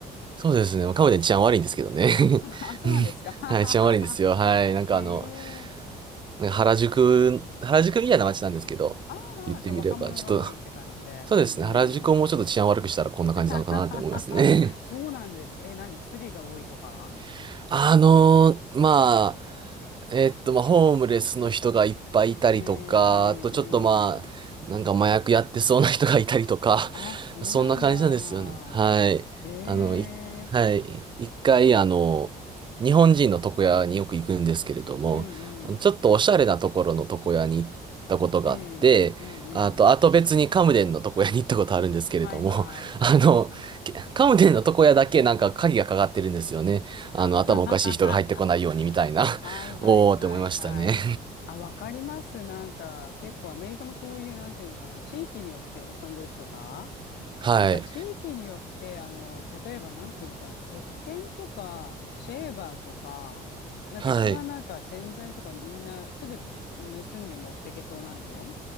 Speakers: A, on the right; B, on the left.
A: そうですね。まあカムデン治安悪いんですけどね。
B: あ、そう、あ、そうなんですか。
A: <laughs> はい、治安悪いんですよ。はい。
B: <laughs>
A: なんかあの、
B: へえ。
A: なんか原宿、原宿みたいな街なんですけど、
B: ああ、
A: 言ってみれば、
B: じゃあ若者が多いって感じで。
A: ちょっと、そうですね、
B: うん
A: 原宿をもうちょっと治安悪くしたらこんな感じなのかなって思いますね。
B: うん。<laughs> そうなんですか。え、何スリが多いとか
A: <laughs> あのーまえっと、まあ、ホームレスの人がいっぱいいたりとか、
B: うんう
A: あとちょっとまあ、
B: んうん。
A: なんか麻薬やってそうな人がいたりとか、
B: あ、
A: <laughs>
B: そうなんだ。
A: そんな感じなんですよね。はい。
B: ええ
A: あの、い、はい。一回、あの、日本人の床屋によく行くんですけれども、
B: うんうん。
A: あのちょっとおしゃれなところの床屋に行ったことがあって、
B: うんうんうん。
A: あと、あと別にカムデンの床屋に行ったことあるんですけれども、
B: はいはい。
A: <laughs> あの、けカムデンの床屋だけなんか鍵がかかってるんですよね。
B: <laughs>
A: あの、
B: は
A: 頭おかしい人が入ってこないようにみたいな。
B: いはいはいはい。
A: おーって思いましたね。
B: あ、わかります。なんか、結構アメリカもそういう、なんていうのかな、地域によって、ロサンゼルスとか、
A: <laughs> はい。
B: なんか地域によって、あの、例えばなんていうのかな、石鹸とか、シェーバーとか、なんか一番なんか洗剤とかみんなすぐ盗んで持ってけそうなの
A: はい。